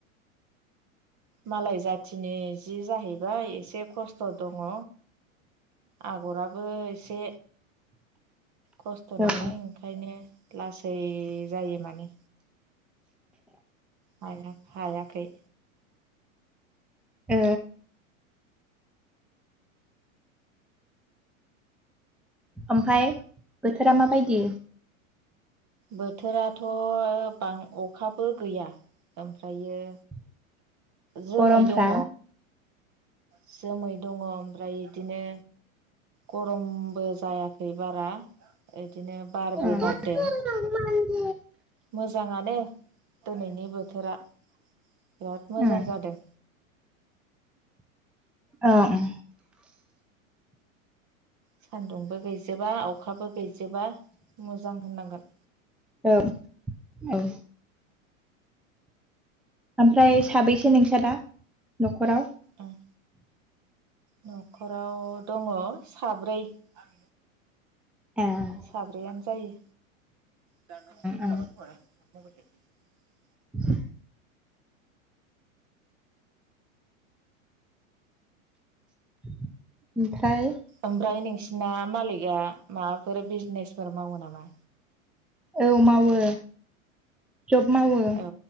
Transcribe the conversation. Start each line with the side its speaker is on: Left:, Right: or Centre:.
Right: मालाय जाथिनि जि जाहैबाय एसे खस्थ' दंङ आगराबो एसे खस्थ'
Centre: औ
Right: नालाय ओंखायनो लासै जायो माने हाया हाखै
Centre: ओ ओमफ्राय बोथोरा माबायदि
Right: बोथोराथ' बां अखाबो गैया ओमफ्रायो
Centre: <inaudible>
Right: जोमै
Centre: गरमफ्रा
Right: दंङ जोमै दङ ओमफ्राय बिदिनो गरमबो जायाखै बारा इदिनो बारबो
Centre: उम
Right: बारदों
Centre: उम
Right: मोजांङानो दिनैनि बोथोरा बिराद मोजां
Centre: ओं
Right: जादों
Centre: ओं
Right: सान्दुं बो गै जोबा अखाबो गैजोबा मोजां होननांगोन
Centre: औ औ ओमफ्राय साबैसे नोंस्रा दा न'खराव
Right: उम न'खराव दङ साब्रै आं
Centre: ए ओं
Right: साब्रैयनो जायो दा सोलाब
Centre: ओं
Right: <unintelligible>
Centre: <inaudible> <inaudible> ओमफ्राय
Right: ओमफ्राय नोंसिना मालिगा माबाफोर बिजनेसफोर मावो नामा
Centre: औ माववो जब माववो
Right: औ